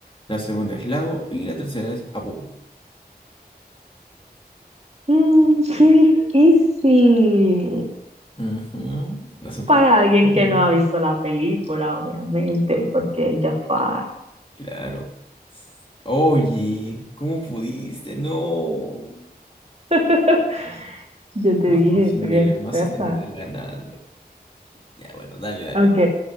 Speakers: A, on the left; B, on the right.
A: la segunda es Lago y la tercera es Abu.
B: Mm, qué difícil.
A: Ujú, Hace poco.
B: Para alguien
A: Obvio.
B: que no ha visto la película, obviamente, porque Jafar.
A: Claro. Oye, ¿cómo pudiste? No.
B: <laughs> Yo te
A: ¿Cómo
B: dije,
A: es posible?
B: soy experta.
A: Me vas a terminar ganando. Ya, bueno, dale, dale.
B: Ok,